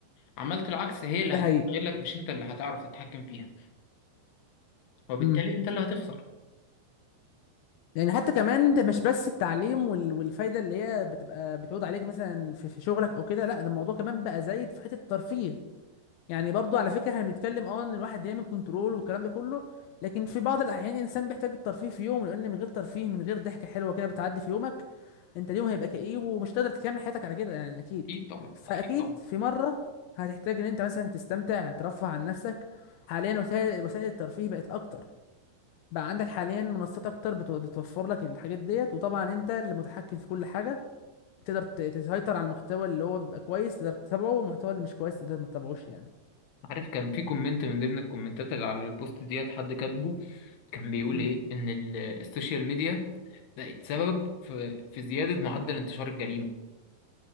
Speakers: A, on the left (about 65°); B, on the left (about 80°).
A: عملت العكس هي اللي
B: ده
A: هتستغلك
B: حقيقي
A: مش انت اللي هتعرف تتحكم فيها وبالتالي
B: امم
A: انت اللي هتخسر
B: يعني حتى كمان ده مش بس التعليم وال- والفايدة اللي هي بتبقى بتعود عليك مثلا في في شغلك أو كده لا ده الموضوع كمان بقى زايد في حتة الترفيه يعني برضو على فكرة احنا بنتكلم اه ان الواحد يعمل كنترول والكلام ده كله لكن في بعض الأحيان الإنسان بيحتاج الترفيه في يوم لأن من غير ترفيه من غير ضحكة حلوة كده بتعدي في يومك انت اليوم هيبقى كئيب ومش قادر تكمل حياتك على كده يعني اكيد
A: اكيد طبعا
B: فاكيد
A: اكيد طبعا
B: في مره هتحتاج ان انت مثلا تستمتع ترفه عن نفسك حاليا وسائل وسائل الترفيه بقت اكتر بقى عندك حاليا منصات اكتر بت- بتوفر لك الحاجات ديت وطبعا انت اللي متحكم في كل حاجه تقدر ت- تسيطر على المحتوى اللي هو بيبقى كويس تقدر تتابعه والمحتوى اللي مش كويس تقدر ما تتابعوش يعني
A: عارف كان في كومنت من ضمن الكومنتات اللي على البوست ديت حد كاتبه كان بيقول
B: مم.
A: ايه ان ال- السوشيال ميديا بقت سبب في في زيادة معدل انتشار الجريمة